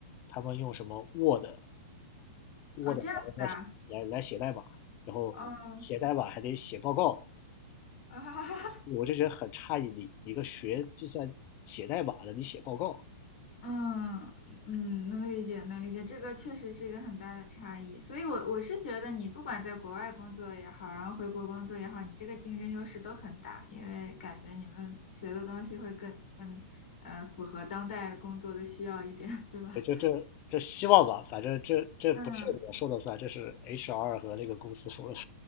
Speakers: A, on the left; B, on the left.
A: 他们用什么 Word Word
B: 哦，这样子的啊，
A: 来来来来写代码，然后写代码还得写报告，
B: 哦，啊 <laughs>
A: 我就觉得很诧异，你一个学计算写代码的，你写报告，
B: 嗯嗯，能理解，能理解，这个确实是一个很大的差异。所以我，我是觉得，你不管在国外工作也好，然后回国工作也好，你这个竞争优势都很大，因为感觉你们学的东西会更更呃符合当代工作的需要一点，<laughs> 对吧？
A: 这这这希望吧，反正这这不是我说的算，
B: <laughs> 嗯
A: 这是 HR 和那个公司说的。